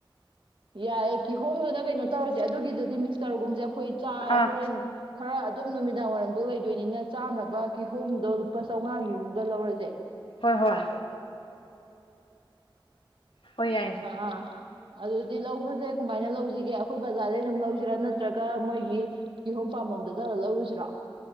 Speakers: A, on the right (about 70°); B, on the left (about 75°).
A: ꯌꯥꯏꯌꯦ ꯀꯤꯍꯣꯝꯗꯨꯅ ꯀꯩꯅꯣ ꯇꯧꯔꯁꯦ ꯑꯗꯨꯒꯤꯗꯗꯤ ꯃꯤꯛꯁꯇꯔꯒꯨꯝꯁꯦ ꯑꯩꯈꯣꯏ ꯆꯥ
B: ꯑꯥ
A: ꯍꯣꯔꯦꯟ ꯈꯔ ꯑꯗꯨꯝ ꯅꯨꯃꯤꯗꯥꯡ ꯋꯥꯏꯔꯝꯐꯥꯎ ꯂꯩꯗꯣꯏꯅꯤꯅ ꯆꯥꯅꯕ ꯀꯤꯍꯣꯝꯗꯣ ꯂꯨꯄꯥ ꯆꯥꯝꯉꯥꯒꯤ ꯑꯝꯒ ꯂꯧꯔꯖꯦ
B: ꯍꯣꯏ ꯍꯣꯏ ꯍꯣꯏ ꯌꯥꯏꯌꯦ
A: ꯑꯥ ꯑꯗꯨꯗꯤ ꯂꯧꯕꯖꯦ ꯀꯃꯥꯏꯅ ꯂꯧꯖꯤꯒꯦ ꯑꯩꯈꯣꯏ ꯕꯖꯥꯔꯗꯩ ꯑꯗꯨꯝ ꯂꯧꯁꯤꯔꯥ ꯅꯠꯇ꯭ꯔꯒ ꯃꯣꯏꯒꯤ ꯀꯤꯍꯣꯝ ꯄꯥꯝꯝꯕꯝꯗ ꯆꯠꯂ ꯂꯧꯔꯨꯁꯤꯔꯣ